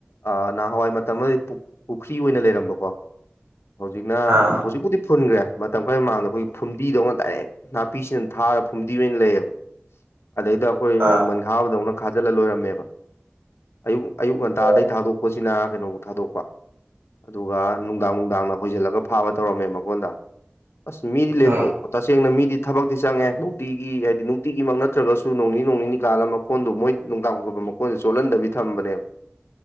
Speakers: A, on the left (about 80°); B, on the right (about 70°).
A: ꯑ ꯅꯍꯥꯟꯋꯥꯏ ꯃꯇꯝꯗꯗꯤ ꯄꯨꯈ꯭ꯔꯤ ꯑꯣꯏꯅ ꯂꯩꯔꯝꯕꯀꯣ ꯍꯧꯖꯤꯛꯅ
B: ꯑꯥ
A: ꯍꯧꯖꯤꯛꯄꯨꯗꯤ ꯐꯨꯟꯈ꯭ꯔꯦ ꯃꯇꯝ ꯈꯔ ꯃꯥꯡꯗ ꯑꯩꯈꯣꯏ ꯐꯇꯤꯗꯧꯅ ꯗꯥꯏꯔꯦꯛ ꯅꯥꯄꯤꯁꯤꯅ ꯊꯥꯔ ꯐꯨꯝꯗꯤ ꯑꯣꯏꯅ ꯂꯩꯌꯦꯕ ꯑꯗꯩꯗ ꯑꯩꯈꯣꯏ
B: ꯑꯥ
A: ꯊꯥꯕꯗꯧꯅ ꯈꯥꯖꯤꯜꯂ ꯂꯣꯏꯔꯝꯃꯦꯕ ꯑꯌꯨꯛ ꯑꯌꯨꯛ ꯉꯟꯇꯥꯗꯩ
B: ꯑꯣ
A: ꯊꯥꯗꯣꯛꯄꯁꯤꯅ ꯀꯩꯅꯣꯕꯨꯧ ꯊꯥꯗꯣꯛꯄ ꯑꯗꯨꯒ ꯅꯨꯡꯗꯥꯡ ꯅꯨꯡꯗꯥꯡꯅ ꯍꯣꯏꯖꯤꯜꯂꯒ ꯐꯥꯕ ꯇꯧꯔꯝꯃꯦ ꯃꯉꯣꯟꯗ ꯑꯁ ꯃꯤꯗꯤ ꯂ
B: ꯎꯝ
A: ꯑꯣ ꯇꯁꯦꯡꯅ ꯃꯤꯗꯤ ꯊꯕꯛꯇꯤ ꯆꯪꯉꯦ ꯅꯨꯡꯇꯤꯒꯤ ꯍꯥꯏꯗꯤ ꯅꯨꯡꯇꯤꯒꯤꯃꯛ ꯅꯠꯇ꯭ꯔꯒꯁꯨ ꯅꯣꯡ ꯅꯤ ꯅꯣꯡ ꯅꯤꯅꯤ ꯀꯥꯜꯂꯝꯃ ꯃꯈꯣꯟꯗꯣ ꯃꯣꯏ ꯅꯨꯡꯗꯥꯡ ꯈꯠꯄ ꯃꯈꯣꯟꯁ ꯆꯣꯠꯍꯟꯗꯕꯤ ꯊꯝꯕꯅꯦꯕ